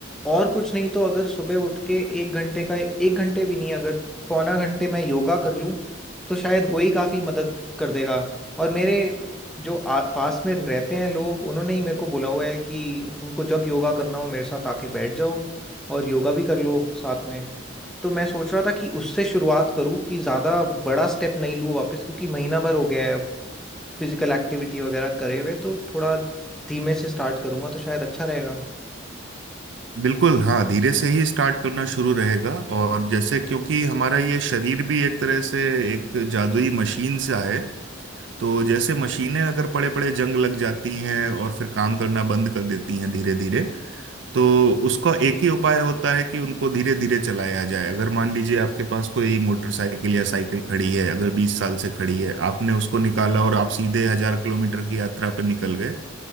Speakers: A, in the centre; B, on the right.
A: और कुछ नहीं तो अगर सुबह उठ के एक घंटे का एक घंटे भी नहीं अगर पौना घंटे मैं योगा कर लूँ तो शायद वो ही काफी मदद कर देगा और मेरे जो आ, पास में रहते हैं लोग उन्होंने ही मेरे को बोला हुआ है कि तुमको जब योगा करना हो मेरे साथ आके बैठ जाओ और योगा भी कर लो साथ में तो मैं सोच रहा था कि उससे शुरुआत करूँ कि ज्यादा बड़ा स्टेप नहीं लूँ वापस क्योंकि महीना भर हो गया है फिजिकल एक्टिविटी वगैरह करे हुए तो थोड़ा धीमे से स्टार्ट करूंगा तो शायद अच्छा रहेगा
B: बिल्कुल हाँ धीरे से ही स्टार्ट करना शुरू रहेगा और जैसे क्योंकि हमारा ये शरीर भी एक तरह से एक जादुई मशीन सा है तो जैसे मशीनें अगर पड़े पड़े जंग लग जाती हैं और फिर काम करना बंद कर देती हैं धीरे धीरे तो उसका एक ही उपाय होता है कि उनको धीरे धीरे चलाया जाए अगर मान लीजिए आपके पास कोई मोटरसाइकिल या साइकिल खड़ी है अगर बीस साल से खड़ी है आपने उसको निकाला और आप सीधे हजार किलोमीटर की यात्रा पर निकल गए